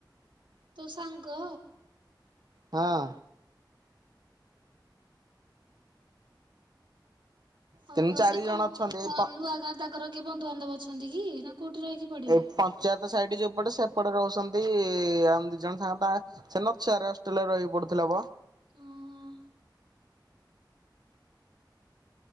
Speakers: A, on the right; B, on the right.
A: ତୋ ସାଙ୍ଗ?
B: ହଁ। ତିନି
A: ଓହୋ
B: ଚାରି
A: ସେ
B: ଜଣ
A: କଣ
B: ଅଛନ୍ତି ଏଇ ପ
A: ନୂଆ ଗାଁରେ ତାଙ୍କର କିଏ ବନ୍ଧୁବାନ୍ଧବ ଅଛନ୍ତି କି ନା କୋଉଠି ରହିକି ପଢିବେ?
B: ଏ ପଞ୍ଚାୟତ ସାଇଡ ଯୋଉପଟେ ସେପଟେ ରହୁଛନ୍ତି ଆମେ ଦି ଜଣ ସାଙ୍ଗ ତା ସେ ନଛିଆରେ ହଷ୍ଟେଲ ରେ ରହି ପଡୁଥିଲା ବ।
A: ଓହୋ